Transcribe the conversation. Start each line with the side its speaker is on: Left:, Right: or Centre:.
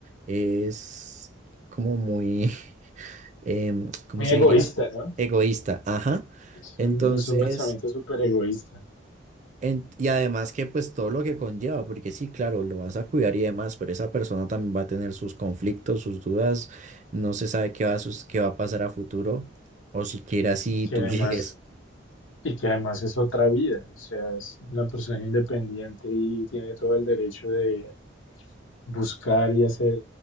Right: es como muy, <laughs> em, ¿cómo
Left: Muy
Right: se
Left: egoísta,
Right: diría?
Left: ¿no?
Right: Egoísta, ajá.
Left: Es
Right: Entonces,
Left: un, es un pensamiento súper egoísta
Right: en- y además que pues todo lo que conlleva, porque sí, claro, lo vas a cuidar y demás, pero esa persona también va a tener sus conflictos, sus dudas, no se sabe qué va a, sus- qué va a pasar a futuro, o siquiera si
Left: que
Right: tú
Left: además,
Right: <laughs> llegues.
Left: y que además es otra vida, o sea, es una persona independiente y tiene todo el derecho de buscar y hacer